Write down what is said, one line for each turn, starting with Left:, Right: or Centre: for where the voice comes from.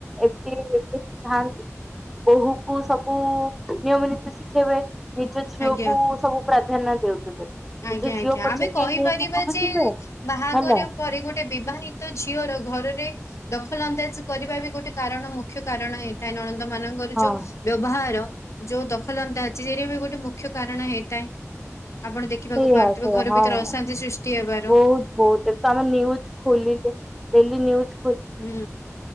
Centre: ଏମିତି ହେ ଥାନ୍ତି ବୋହୂକୁ ସବୁ ନିୟମ ନୀତି ଶିଖେଇବେ। ନିଜ ଝିଅ
Left: ଆଜ୍ଞା
Centre: କୁ ସବୁ ପ୍ରାଧାନ୍ୟ ଦେଉଥିବେ।
Left: ଆଜ୍ଞା,
Centre: ନିଜ ଝିଅ
Left: ଆଜ୍ଞା,
Centre: ପଛକେ
Left: ଆମେ କହିପାରିବା
Centre: ଇଏ ହେଇକି ବୁଲୁଥିବେ
Left: ଯେ, ବାହାଘର
Centre: ହେଲା
Left: ପରେ ଗୋଟେ ବିବାହି ହିତ ଝିଅର ଘରରେ ଦଖଲ ଅନ୍ଦାଜ କରିବା ବି ଗୋଟେ କାରଣ, ମୁଖ୍ୟ କାରଣ ଏଇ ତା ନଣନ୍ଦ ମାନଙ୍କର
Centre: ହଁ
Left: ଯଉ ବ୍ୟବହାର, ଯଉ ଦଖଲ ଅନ୍ଦାଜି, ସେଇଟା ବି ଗୋଟେ ମୁଖ୍ୟ କାରଣ ହେଇଥାଏ। ଆପଣ ଦେଖ ଦେଖିବାକୁ
Centre: ସେଇଆ
Left: ପାରୁଥିବେ,
Centre: ସେଇଆ
Left: ଘର
Centre: ହଁ।
Left: ଭିତରେ ଅଶାନ୍ତି ସୃଷ୍ଟି ହେବାର।
Centre: ବହୁତ ବହୁତ, ତମେ ନିୟୁଜ ଖୋଲିଲେ ଡେଲି ନିୟୁଜ
Left: ହୁଁ,